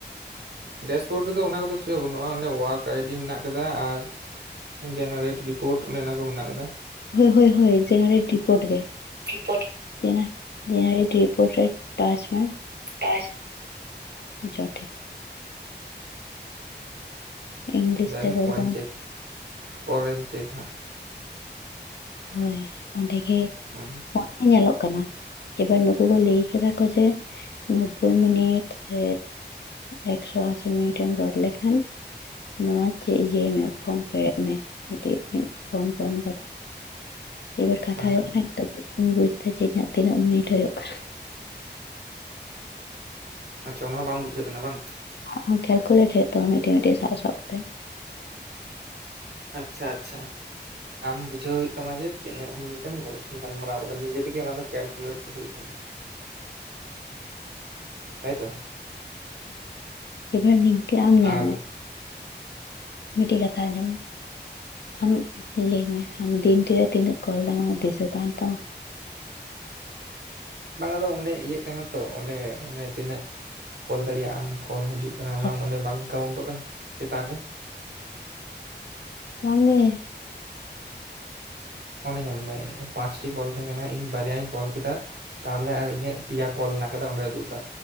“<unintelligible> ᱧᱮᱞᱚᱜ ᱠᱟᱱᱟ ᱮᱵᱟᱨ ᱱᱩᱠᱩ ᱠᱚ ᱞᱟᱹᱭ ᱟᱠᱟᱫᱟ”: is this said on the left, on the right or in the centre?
Left